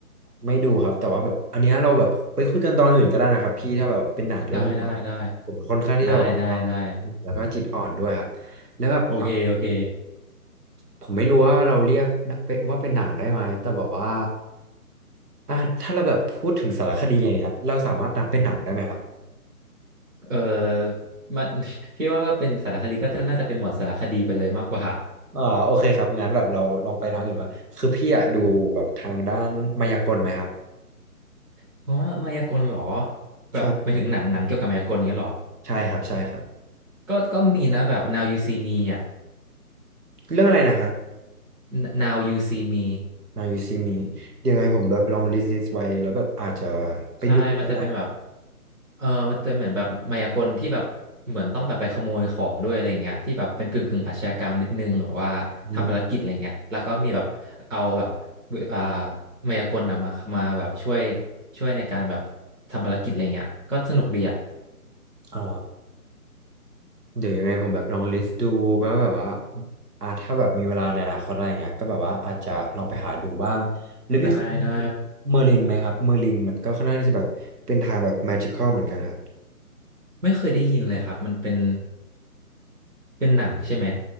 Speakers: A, on the right; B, on the right.
A: ไม่ดูครับแต่ว่าแบบอันเนี้ยเราแบบไปคุยกันตอนอื่นก็ได้นะครับพี่ถ้าแบบเป็นหนังเรื่องนี้
B: ได้ได้ได้
A: ผมค่อนข้างที่จะแบบว่า
B: ได้ได้ได้
A: แล้วก็จิตอ่อนด้วยครับแล้วแบบอ่ะ
B: โอเคโอเค
A: ผมไม่รู้ว่าเราเรียกว่าเป็นหนังได้ไหมแต่แบบว่าอ่ะถ้าเราแบบพูดถึงสารคดีอย่างเงี้ยเราสามารถนับเป็นหนังได้ไหมครับ
B: เออมัน <laughs> พี่ว่าก็เป็นสารคดีก็น่าจะเป็นหมวดสารคดีไปเลยมากกว่า
A: อ่าโอเคครับงั้นแบบเราลองไปทางอื่นว่าคือพี่อะดูแบบทางด้านมายากลไหมครับ
B: เพราะว่ามายากลเหรอแบบไม่ถึงหนังหนังเกี่ยวกับมายากลเนี้ยเหรอ
A: ใช่ใช่ครับใช่ครับ
B: ก็ก็มีนะแบบ Now You See Me อ่ะ
A: เรื่องอะไรนะครับ
B: Now You See Me
A: มาวิซีมีเดี๋ยวไงผมแบบลองลิสต์ลิสต์ไว้แล้วแบบอาจจะไปดูนะ
B: ใช่มันจะเป็นแบบ เออมันจะเหมือนแบบมายากลที่แบบเหมือนต้องแบบไปขโมยของด้วยอะไรเงี้ยที่แบบเป็นกึ่งกึ่งอาชญากรรมนิดนึงแบบว่าทำภารกิจอะไรเงี้ยแล้วก็มีแบบเอาแบบ
A: อืม
B: อ่ามายากลอะมามาแบบช่วยช่วยในการแบบทำภารกิจอะไรเงี้ยก็สนุกดีอ่ะ
A: อ๋อเดี๋ยวยังไงผมแบบลองลิสต์ดูว่าแบบว่าอ่าถ้าแบบมีเวลาในอนาคตอะไรเงี้ยก็แบบว่าอาจจะลองไปหาดูบ้างหรือพี่เคย
B: ได้ได้
A: เมอร์ลินไหมครับเมอร์ลินมันก็ค่อนข้างที่จะแบบเป็นทางแบบแมจิคอลเหมือนกันครับ
B: ไม่เคยได้ยินเลยครับมันเป็นเป็นหนังใช่ไหม